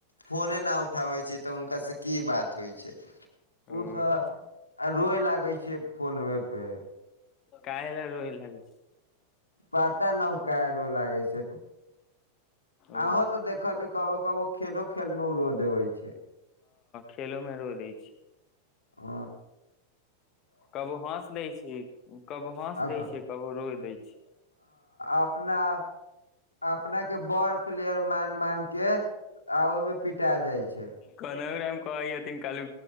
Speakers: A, on the left (about 80°); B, on the left (about 35°).
A: फोने न उठाबै छै तऽ हुनका से की बात होइ छै ओ
B: ओ
A: तऽ आ रोए लागै छै फोन ओेपर
B: काहे ल रोए लागै छै
A: पता नक काहे रो लागै छै
B: ओ
A: अहो तऽ देखलिय कबो कबो खेलो खेल मे रो देबे छै
B: खेलोमे रो द छै
A: आ
B: कबो हस दै छै कबो हस
A: हँ
B: दै छै कबो रो दै छै
A: अपना अपना के बड़ प्लेयर मान मान के आ ओहिमे पिटा जाइ छै
B: कहैन काल